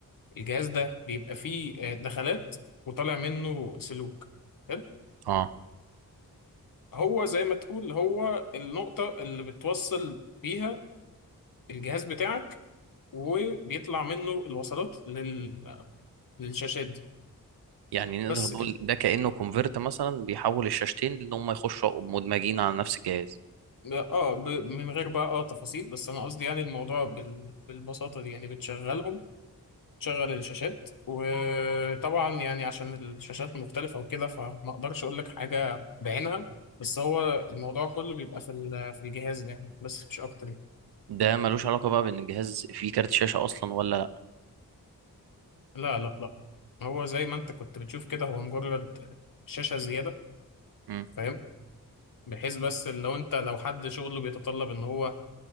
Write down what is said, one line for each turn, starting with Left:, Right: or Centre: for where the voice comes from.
Left: الجهاز ده بيبقى فيه آه، دخلات وطالع منه سلوك حلو؟
Right: اه
Left: هو زي ما تقول هو النقطة اللي بتوصل بيها الجهاز بتاعك وبيطلع منه الوصلات لل... آه، للشاشات دي
Right: يعني نقدر
Left: بس
Right: نقول
Left: كده
Right: ده كأنه كونفرت مثلا بيحول الشاشتين ان هم يخشوا مدمجين على نفس الجهاز
Left: اه ب... من غير بقى اه تفاصيل بس انا قصدي يعني الموضوع بال... بالبساطة دي يعني بتشغلهم شغل الشاشات وطبعا يعني عشان الشاشات مختلفة وكده فما اقدرش اقول لك حاجة بعينها بس هو الموضوع كله بيبقى في ال- في الجهاز ده يعني بس مش اكتر يعني.
Right: وده ملوش علاقة بقى بان الجهاز فيه كارت شاشة اصلا ولا لا
Left: لا لا لا هو زي ما انت كنت بتشوف كده هو مجرد شاشة زيادة
Right: مم.
Left: فاهم بحيث بس لو انت لو حد شغله بيتطلب ان هو